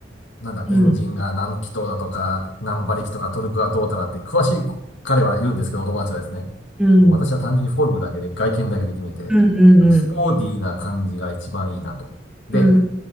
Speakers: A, on the left; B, in the centre.
A: なんだ、
B: うん
A: エンジンが何気筒だとか、何馬力とか、トルクがどうたらって、詳しい彼は言うんですけど、お友達はですね。
B: うん
A: もう私は単純にフォルムだけで、外見だけで決めて、
B: うんうんうんうん
A: あのスポーディーな感じが一番いいなと。で、
B: うん